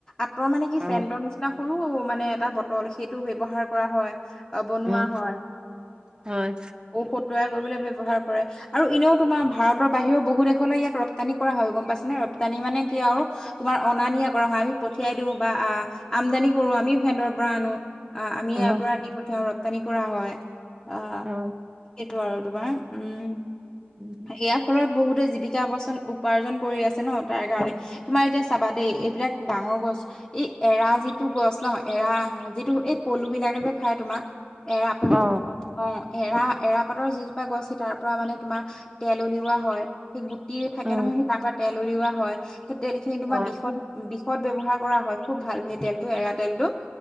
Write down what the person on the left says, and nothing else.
আতৰ মানে কি
চেণ্টৰ নিচিনা সৰু মানে এটা বটল সেইটো ব্যৱহাৰ কৰা হয়। অ', বনোৱা
হয়।
ঔষধ তৈয়াৰ কৰিবলৈ ব্যৱহাৰ কৰে। আৰু এনেও তোমাৰ ভাৰতৰ বাহিৰেও বহু দেশলৈ ইয়াক ৰপ্তানি কৰা হয়, গম পাইছেনে? ৰপ্তানি মানে কি আৰু তোমাৰ অনা-নিয়া কৰা হয়। আমি পঠিয়াই দিওঁ বা আ আমদানি কৰোঁ আমিও সেঁহতৰ পৰা আনো। আ আমি
ইয়াপৰা দি পঠিয়াও ৰপ্তানি কৰা হয়। আ
সেইটো আৰু তোমাৰ উম।
ইয়াৰ ফলত বহুতে জীৱিকা আৱচন-উপাৰ্জন কৰি আছে ন তাৰ কাৰণে। তোমাৰ এতিয়া চাবা দেই এইবিলাক ডাঙৰ গছ এই এৰা যিটো গছ ন, এৰা যিটো এই পলুবিলাকে যে খায় তোমাৰ এৰা পলু,
অ এৰা এৰা পাতৰ যিজোপা গছছে তাৰ পৰা মানে তোমাৰ তেল উলিওৱা হয় সেই গুটি থাকে
নহয় সেই তাৰ পৰা তেল উলিওৱা হয়, সেই তেলখিনি তোমাৰ
বিষত বিষত ব্যৱহাৰ কৰা হয় খুব ভাল সেই তেলটো এৰা তেলটো,